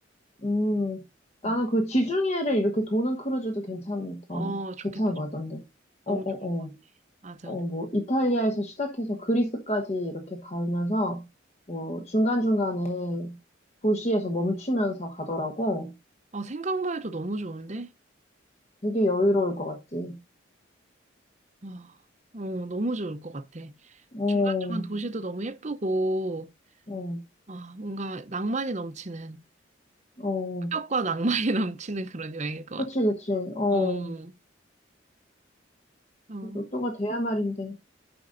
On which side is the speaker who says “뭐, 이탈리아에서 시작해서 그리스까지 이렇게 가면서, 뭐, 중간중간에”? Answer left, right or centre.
Left